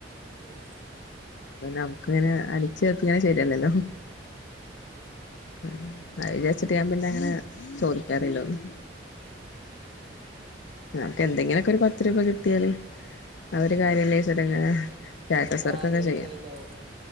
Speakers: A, on the right (about 30°); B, on the left (about 70°).
A: ഉം
B: പിന്നെ നമുക്ക്ങ്ങനെ അടിച്ചേപ്പിക്കണെ ശരിയല്ലല്ലോ. അത് വിചാരിച്ചിട്ട് ഞാൻ പിന്നെ അങ്ങനെ ചോദിക്കാറില്ല ഒന്നും. നമുക്ക് എന്തെങ്കിലുമൊക്കെ ഒരു പത്ത് രൂപ കിട്ടിയാല് അതൊരു
A: ആ
B: കാര്യല്ലേന്ന് വെച്ചിട്ടാ ഇങ്ങനെ സ്റ്റാറ്റസ്
A: നമ്മളാരെങ്കിലും
B: വർക്ക് ചെയ്യണേ.
A: കഴിഞ്ഞാവും